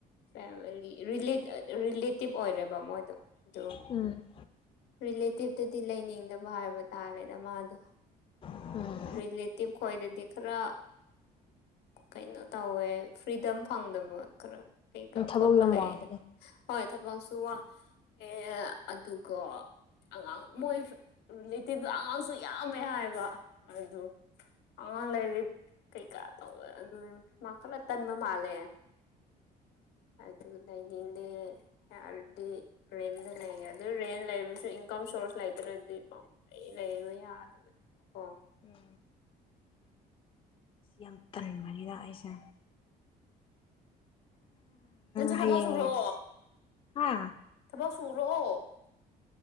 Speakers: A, on the left; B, on the left.
A: ꯐꯦꯝꯃꯤꯂꯤ ꯔꯤꯂꯤꯠ ꯑ ꯔꯤꯂꯦꯇꯤꯞ ꯑꯣꯏꯔꯦꯕ ꯃꯣꯏꯗꯣ ꯑꯗꯨ
B: ꯎꯝ
A: ꯔꯤꯂꯦꯇꯤꯞꯇꯗꯤ ꯂꯩꯅꯤꯡꯗꯕ ꯍꯥꯏꯕ ꯇꯥꯔꯦꯗ ꯃꯥꯗꯣ
B: ꯎꯝ
A: ꯔꯤꯂꯦꯇꯤꯞ ꯈꯣꯏꯗꯗꯤ ꯈꯔ ꯀꯩꯅꯣ ꯇꯧꯋꯦ ꯐ꯭ꯔꯤꯗꯝ ꯐꯪꯗꯕ ꯈꯔ ꯑꯩꯒ
B: ꯎꯝ ꯊꯕꯛ
A: ꯈꯣꯠꯄ
B: ꯌꯥꯝ
A: ꯂꯩꯌꯦ
B: ꯋꯥꯕꯅꯦ
A: ꯍꯣꯏ ꯊꯕꯛꯁꯨ ꯋꯥ ꯑꯦ ꯑꯗꯨꯒ ꯑꯉꯥꯡ ꯃꯣꯏ ꯔꯤꯂꯦꯇꯤꯞꯗꯣ ꯑꯉꯥꯡꯁꯨ ꯌꯥꯝꯃꯦ ꯍꯥꯏꯕ ꯑꯗꯨ ꯑꯉꯥꯡ ꯂꯩꯔꯤꯞ ꯀꯩꯀꯥ ꯇꯧꯗꯅ ꯑꯗꯨꯗꯤꯝ ꯃꯥ ꯈꯔ ꯇꯟꯕ ꯃꯥꯜꯂꯦ ꯑꯗꯨ ꯂꯩꯅꯤꯡꯗꯦ ꯌꯥꯔꯗꯤ ꯔꯦꯟꯗ ꯂꯩꯒꯦ ꯑꯗꯨ ꯔꯦꯟ ꯂꯩꯕꯁꯨ ꯏꯟꯀꯝ ꯁꯣꯔ꯭ꯁ ꯂꯩꯇ꯭ꯔꯗꯤ ꯄꯝ ꯑꯩ ꯂꯩꯕ ꯌꯥꯗꯕꯅꯦ ꯀꯣ
B: ꯎꯝ ꯌꯥꯝ ꯇꯟꯕꯅꯤꯗ ꯑꯩꯁꯦ
A: ꯅꯪꯁꯨ
B: ꯍꯌꯦꯡ
A: ꯊꯕꯛ ꯁꯨꯔꯣ
B: ꯍꯥ
A: ꯊꯕꯛ ꯁꯨꯔꯣ